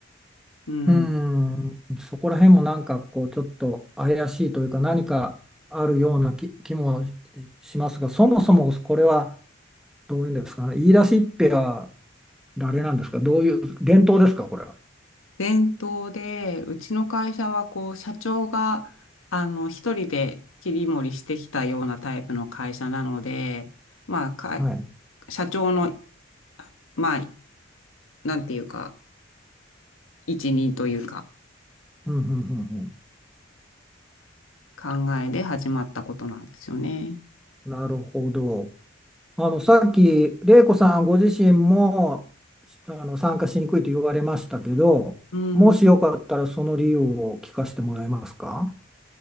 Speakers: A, on the left; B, in the centre.
A: うん。
B: うん。そこら辺もなんか、こう、ちょっと怪しいというか、何かあるような気、気もしますが、そもそもこれは、どういうんですかね。言い出しっぺは誰なんですか。どういう、伝統ですか、これは。
A: 伝統で、うちの会社はこう、社長が、あの、一人で切り盛りしてきたようなタイプの会社なので、まあ、か、
B: はい。
A: 社長の、まあ、なんていうか、一任というか、
B: うん、うん、うん、
A: 考えで始まったことなんですよね。
B: うん。なるほど。あの、さっき、玲子さんご自身も、あの、参加しにくいと言われましたけど、
A: うん、
B: もしよかったらその理由を聞かせてもらえますか